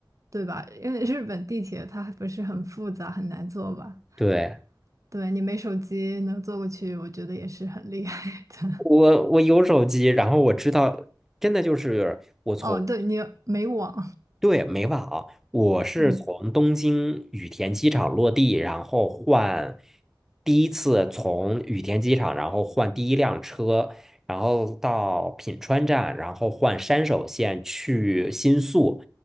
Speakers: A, on the right; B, in the centre.
A: 对吧？因为日本地铁它不是很复杂，很难坐吧？
B: 对，
A: 对，你没手机能坐过去，我觉得也是很厉害的。
B: 我我有手机，然后我知道，真的就是我从
A: <laughs> 哦，对，你没网，
B: 对，没忘啊，我是从东京羽田机场落地，
A: 嗯，
B: 然后换第一次从羽田机场，然后换第一辆车，然后到品川站，然后换山手线去新宿。